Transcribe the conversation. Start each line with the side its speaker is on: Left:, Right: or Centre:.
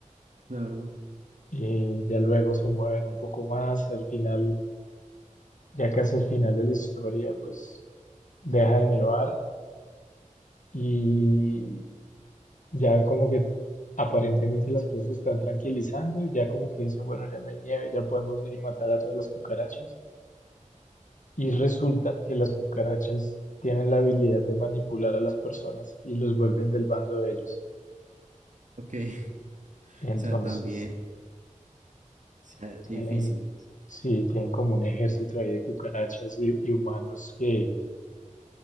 Right: claro.
Left: eh, ya luego se mueven un poco más, al final, ya casi al final de la historia pues deja de nevar y ya como que aparentemente las cosas se están tranquilizando y ya como que dicen, bueno, ya no hay nieve, ya podemos ir y matar a todas las cucarachas. Y resulta que las cucarachas tienen la habilidad de manipular a las personas y los vuelven del bando de ellos.
Right: Ok, <laughs> o
Left: Entonces
Right: sea, también, o sea, difícil.
Left: tienen, sí, tienen como un ejército ahí de cucarachas y, y humanos que,